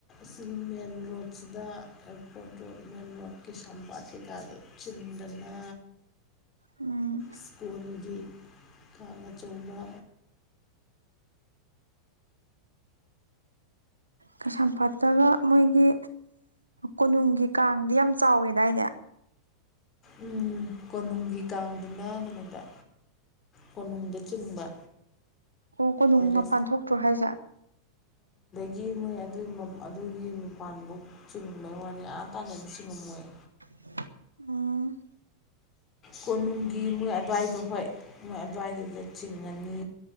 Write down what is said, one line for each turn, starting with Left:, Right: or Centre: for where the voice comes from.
Left: ꯁꯤꯒꯤ ꯃꯦꯟ ꯔꯣꯗꯁꯤꯗ ꯑꯦꯌꯥꯔꯄꯣꯔꯠ ꯔꯣꯗ ꯃꯦꯟ ꯔꯣꯗ ꯀꯩꯁꯝꯄꯥꯠ ꯀꯩ ꯀꯥꯗꯨ ꯆꯨꯝꯗꯅ
Right: ꯎꯝ
Left: ꯁ꯭ꯀꯣꯟꯒꯤ ꯀꯥꯡ ꯑꯆꯧꯕ
Right: ꯀꯩꯁꯥꯝꯄꯥꯠꯇꯒ ꯃꯣꯏꯒꯤ ꯀꯣꯅꯨꯡꯒꯤ ꯀꯥꯡꯗꯤ ꯌꯥꯝ ꯆꯥꯎꯋꯦꯗꯥꯏꯅꯦ
Left: ꯎꯝ ꯀꯣꯅꯨꯡꯒꯤ ꯀꯥꯡꯗꯨꯅ ꯀꯩꯅꯣꯗ ꯀꯣꯅꯨꯡꯗ ꯆꯤꯡꯕ
Right: ꯑꯣ ꯀꯣꯅꯨꯡ
Left: ꯃꯦꯔꯦꯖ
Right: ꯃꯄꯥꯟ ꯊꯣꯛꯇ꯭ꯔꯣ ꯍꯥꯏꯁꯦ
Left: ꯌꯦꯡꯉꯨꯏ ꯑꯗꯨꯒꯤ ꯑꯗꯨꯒꯤ ꯃꯄꯥꯟꯕꯥꯎ ꯆꯤꯡꯕꯩ ꯋꯥꯅꯤ ꯑꯥ ꯇꯥꯅꯗꯤ ꯆꯤꯡꯉꯝꯃꯣꯏ
Right: <inaudible> ꯎꯝ
Left: ꯀꯣꯅꯨꯡꯒꯤ ꯃꯣꯏ ꯑꯗꯨꯋꯥꯏꯗꯣ ꯍꯣꯏ ꯃꯣꯏ ꯑꯗꯨꯋꯥꯏꯗꯨꯗ ꯆꯤꯡꯉꯅꯤ